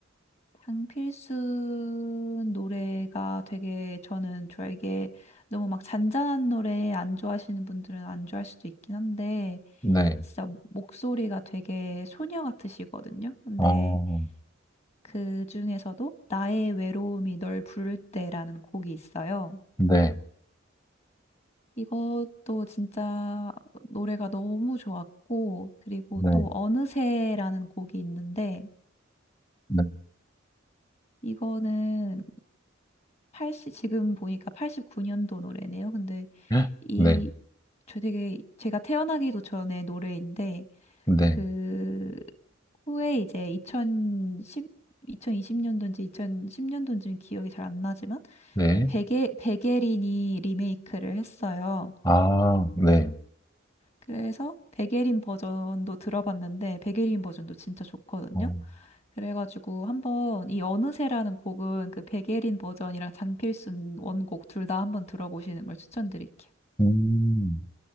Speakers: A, on the left; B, on the left.
A: 장필순 노래가 되게 저는 좋아 이게 너무 막 잔잔한 노래 안 좋아하시는 분들은 안 좋아할 수도 있긴 한데
B: 네.
A: 진짜 목소리가 되게 소녀 같으시거든요. 근데
B: 어,
A: 그 중에서도 나의 외로움이 널 부를 때라는 곡이 있어요.
B: 네.
A: 이것도 진짜 노래가 너무 좋았고, 그리고
B: 네.
A: 또 어느새라는 곡이 있는데,
B: 네.
A: 이거는 팔0 지금 보니까 89년도 노래네요. 근데
B: <gasps>
A: 이,
B: 네.
A: 저 되게, 제가 태어나기도 전에 노래인데,
B: 네.
A: 그, 후에 이제 2 0십이2 0십년도인지 2010년도인지는 기억이 잘 안 나지만,
B: 네.
A: 베게, 베게린이 리메이크를 했어요.
B: 아, 네.
A: 그래서 베게린 버전도 들어봤는데, 베게린 버전도 진짜 좋거든요.
B: 어,
A: 그래가지고 한번 이 어느새라는 곡은 그 백예린 버전이랑 장필순 원곡 둘 다 한번 들어보시는 걸 추천드릴게요.
B: 음,